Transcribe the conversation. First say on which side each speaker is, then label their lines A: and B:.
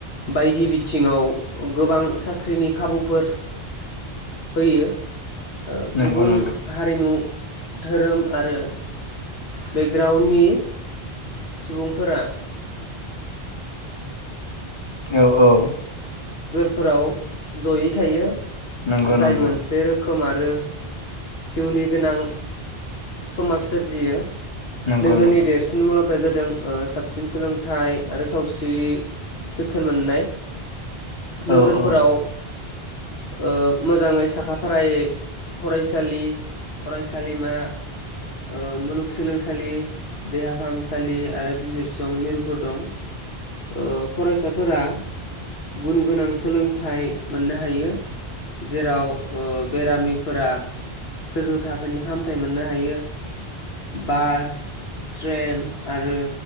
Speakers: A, on the left; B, on the left.
A: बायदि बिथिङाव गोबां साख्रिनि खाबुफोर होयो औ
B: नंगौ
A: गुबुन
B: नंगौ
A: हारिमु धोरोम आरो बे ग्राउन्डनि सुबुंफोरा
B: औ औ।
A: फोराव जयै थायो
B: नंगौ
A: जाय
B: नंगौ
A: मोनसे रोखोम रोखोम आरो जिउनि गोनां समाज सोरजियो
B: नंगौ
A: नोगोरनि
B: नंगौ
A: देरसिन मुलाम्फाया जादों ओ साबसिन सोलोंथाइ आरो सावस्रि जोथोन मोननाय नोगोरफोराव
B: औ औ
A: ओ मोजाङै साखा फारायै फरायसालि फरायसालिमा ओ मुलुगसोलोंसालि देहा फाहामसालि आरो बिजिरसुं मिरुफोर दं ओ फरायसाफोरा गुन गोनां सोलोंथाइ मोननो हायो। जेराव ओ बेरामिफोरा गोजौ थाखोनि फाहामथाय मोननो हायो बास ट्रेन आरो